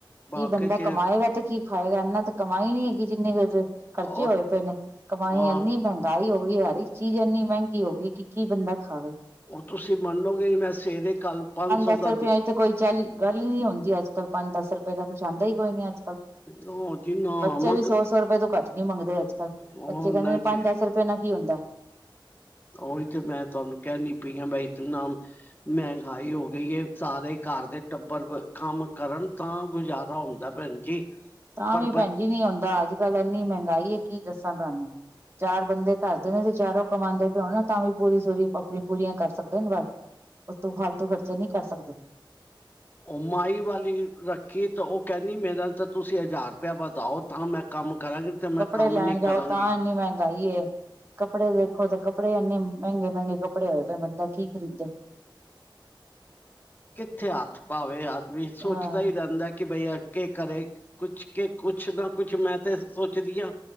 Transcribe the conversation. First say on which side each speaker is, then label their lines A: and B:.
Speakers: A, on the left; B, on the right.
A: ਵਾਕੇ
B: ਕੀ ਬੰਦਾ
A: ਚ
B: ਕਮਾਏਗਾ ਤੇ ਕੀ ਖਾਏਗਾ ਇਹਨਾਂ ਤਾਂ ਕਮਾਈ ਨੀ ਹੈਗੀ ਜਿੰਨੀ ਕੁਜ਼ ਖਰਚੇ
A: ਔਰ
B: ਹੋਏ ਪਏ ਨੇ ਕਮਾਈ
A: ਹਾਂ
B: ਇੰਨੀ ਮਹਿੰਗੀ ਾਈ ਹੋ ਗਈ ਹਰ ਇੱਕ ਚੀਜ਼ ਇੰਨੀ ਮਹਿੰਗੀ ਹੋ ਗਈ ਕਿ ਕੀ ਬੰਦਾ ਖਾਵੇ
A: ਉਹ ਤੁਸੀਂ ਮੰਨਲੋਗੇ ਮੈਂ ਸਵੇਰੇ ਕੱਲ ਪੰਜ ਸੌ
B: ਦਸ
A: ਦਾ
B: ਰੁਪਏ ਤੇ ਕੋਈ ਚੱਲ ਗੱਲ ਹੀ ਨ ਨਹੀਂ ਹੁੰਦੀ ਅੱਜ ਕੱਲ ਪੰਜ ਦਸ ਰੁਪਏ ਦਾ ਕੁੱਛ ਆਉਦਾ ਹੀ ਕੋਈ ਨੀ ਅੱ
A: ਉਹ ਜੀ ਨਾ
B: ਬੱਚੇ
A: ਮੰਗ
B: ਵੀ ਸੌ ਸੌ ਰੁਪਏ ਤੋਂ ਘੱਟ ਨੀ ਮੰਗਦੇ ਅੱਜ ਕੱਲ
A: ਉਹ
B: ਬੱਚੇ ਕਹਿੰਦੇ
A: ਨਹੀਂ
B: ਨੇ ਪੰਜ
A: ਜੀ
B: ਦਸ ਰੁਪਏ ਪਨਾ ਕੀ ਹੁੰਦਾ
A: ਉਹੀ ਤੇ ਮੈਂ ਤੁਹਾਨੂੰ ਕਹਿਣੀ ਪਈ ਆ ਬ ਤੂੰ ਨਾਮ ਮਹਿੰਗਾਈ ਹੋ ਗਈ ਹੈ ਸਾਰੇ ਘਰ ਦੇ ਟੱਬਰ ਕੰਮ ਕਰਨ ਤਾਂ ਗੁਜ਼ਾਰਾ ਹੁੰਦਾ ਭੈਣ ਜੀ
B: ਤਾਂ
A: ਪਰ
B: ਵੀ
A: ਬ
B: ਭੈਣਜੀ ਨੀ ਆਉਂਦਾ ਅੱਜ ਕੱਲ ਇੰਨੀ ਮਹਿੰਗਾਈ ਹੈ ਕੀ ਦੱਸਾਂ ਤੁਹਾਨੂੰ ਚਾਰ ਬੰਦੇ ਘਰਦੇ ਨੇ ਤੇ ਚਾਰੋਂ ਕਮਾਉਂਦੇ ਪਿਣਾ ਤਾਂ ਵੀ ਪੂਰੀ ਸੂਰੀ ਆਪਣੀ ਪੂਰੀਆਂ ਕਰ ਸਕਦੇ ਨੇ ਬਸ ਉਸ ਤੂੰ ਫਾਲਤੂ ਖਰਚੇ ਨਹੀਂ ਕਰ ਸਕਦੇ
A: ਓਮਾਈ ਵਾਲੀ ਰੱਖੀ ਤਾਂ ਉਹ ਕਹਿੰਦੀ ਮੇਰਾ ਤਾਂ ਤੁਸੀਂ ਹਜ਼ਾਰ ਰੁਪਇਆ ਵਧਾਓ ਤਾਂ ਮੈਂ ਕੰਮ ਕਰਾਂਗੀ ਤੇ ਮੈਂ
B: ਕੱਪੜੇ
A: ਕੰਮ
B: ਲੈਣ
A: ਨੀ ਕਰਾਂਗੀ
B: ਜਾਓ ਤਾਂ ਇੰਨੀ ਮਹਿੰਗਾਈ ਕੱਪੜੇ ਦੇਖੋ ਤੇ ਕੱਪੜੇ ਇੰਨੇ ਮਹਿੰਗੇ ਮਹਿੰਗੇ ਕੱਪੜੇ ਹੋਏ ਬੰਦਾ ਕੀ ਖਰੀਦੇ
A: ਕਿੱਥੇ ਹੱਥ ਪਾਵੇ ਆਦਮੀ ਸੋਚਦਾ
B: ਹਾਂ
A: ਹੀ ਰਹਿੰਦਾ ਕਿ ਬਈ ਕੇ ਕਰੇ ਕੁਛ ਕੇ ਕੁਛ ਨਾ ਕੁਛ ਮੈਂ ਤੇ ਸੋਚਦੀ ਹਾਂ